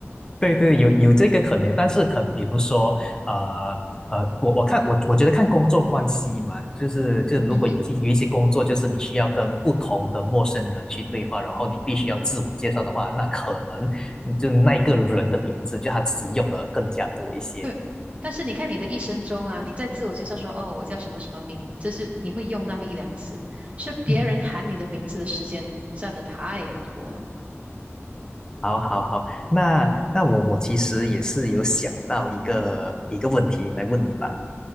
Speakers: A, on the left; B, on the right.
A: 对对，有有这个可能，但是可比如说，呃呃，我我看我我觉得看工作关系嘛，就是就是如果有些有一些工作，
B: 嗯哼。
A: 就是你需要跟不同的陌生人去对话，然后你必须要自我介绍的话，那可能嗯就那一个人的名字，就他自己用的更加多一些。
B: 对，但是你看你的一生中啊，你在自我介绍说哦，我叫什么什么名，这是你会用那么一两次，是别人喊你的名字的时间占的太多了。
A: 嗯，好，好，好，那那我我其实也是有想到一个一个问题来问你吧。
B: 嗯哼，